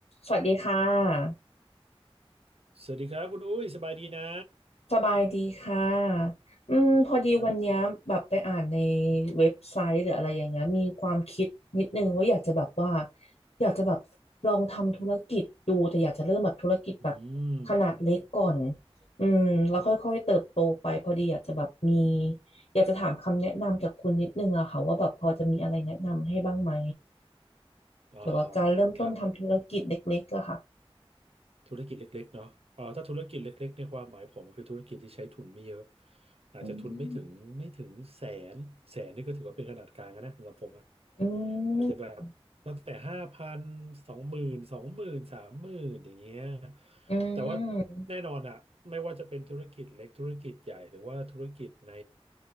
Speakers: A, on the left; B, on the right.
A: สวัสดีค่ะ
B: สวัสดีครับคุณอุ้ยสบายดีนะ
A: สบายดีค่ะอืมพอดีวันเนี้ยแบบไปอ่านใน
B: ครับ
A: เว็บไซต์หรืออะไรอย่างเงี้ยมีความคิดนิดนึงว่าอยากจะแบบว่าอยากจะแบบลองทำธุรกิจดูแต่อยากจะเริ่มแบบธุรกิจแบบ
B: อืม
A: ขนาดเล็กก่อนอืมแล้วค่อยๆเติบโตไปพอดีอยากจะแบบมี
B: ขนาด
A: อยากจะถามคำแนะนำจากคุณนิดนึงอะค่ะว่าแบบพอจะมีอะไรแนะนำให้บ้างไหม
B: อ่า
A: เกี่ยวกับการเริ่มต้นทำธุรกิจเล็กๆอะค่ะ
B: ทำธุรกิจเล็กๆเนาะอ่าถ้าธุรกิจเล็กๆในความหมายผมคือธุรกิจที่ใช้ทุนไม่เยอะอาจจะทุนไม่ถึงไม่ถึงแสนแสนนี่ก็ถือว่าเป็นขนาดกลางแล้วนะสำหรับผม
A: อืมอื
B: อาจจะแบบตั้งแต่ห้าพันสองหมื่นสองหมื่นสามหมื่นอย่างเงี้ย
A: มอื
B: แต่ว่า
A: ม
B: แน่นอนอะไม่ว่าจะเป็นธุรกิจเล็กธุรกิจใหญ่หรือว่าธุรกิจใน